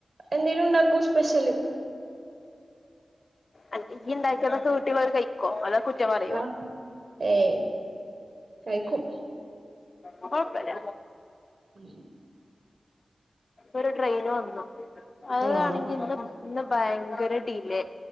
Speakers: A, on the right; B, on the left.
A: എന്തെലും ഉണ്ടാക്കും സ്പെഷ്യല്
B: അന് ഇയ്യ് ണ്ടാക്കിയതൊക്കെ വീട്ടാര് കഴിക്കോ അതോ കുറ്റം പറയോ
A: ആഹ് ഏയ് കഴ്ക്കും
B: കൊയപ്പല്യ
A: ഉം
B: ഒരു ട്രെയിന് വന്നു അത്ണെങ്കി
A: ആഹ്
B: ഇന്ന് ഇന്ന് ഭയങ്കര ഡിലേ